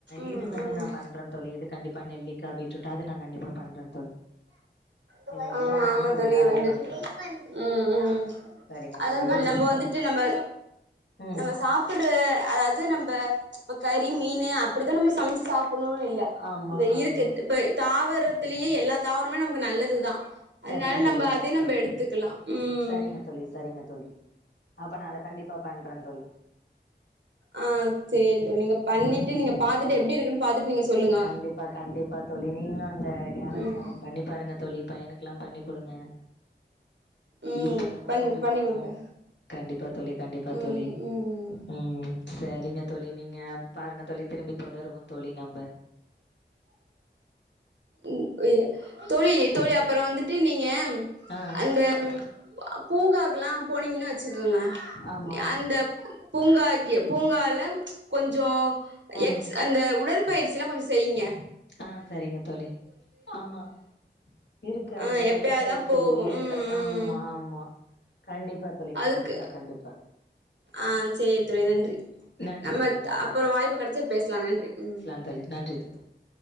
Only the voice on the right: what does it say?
ம்
ம்
ம்
ம்
ஆமா
ஆமா தோழி
வந்துட்டு
ம் ம்
அதான் தோழி
நம்ம வந்துட்டு
நம்ம
நம்ம சாப் அற அதாவது நம்ப இப்ப கறி மீனு அப்டிதான் நம்ம சமைச்சு சாப்டணும்னு இல்ல இந்த
இருக்கு
இப்ப தாவரத்திலயே எல்லா தாவரமே நமக்கு நல்லது தான் அதனால
நம்ப அதே நம்ப எடுத்துக்கலாம் ம்
ஆ சேரி த நீங்க பண்ணிட்டு நீங்க பாத்துட்டு எப்டி இருக்குன்னு பாத்துட்டு நீங்க சொல்லுங்க
ம்
ம்
பண்ணி
பண்ணி குடுக்க
ம்
ம்
ம் தோழி தோழி அப்பற வந்துட்டு நீங்க
அந்த பூங்காக்கெலா போனீங்கன் வச்சுக்கோங்க
அந்த பூங்காக்கு பூங்கால கொஞ்சொ
எக்ஸ் அந்த உடற்பயிற்சி எலா கொஞ்ச செய்ங்க
ஆ எப்பயாதுதா
போவோ
ம் ம்
அதுக்கு
ஆ சேரி தோழி நன்றி
நம்ம
அப்பற வாய்ப்பு கெடச்சா பேசலா நன்றி ம்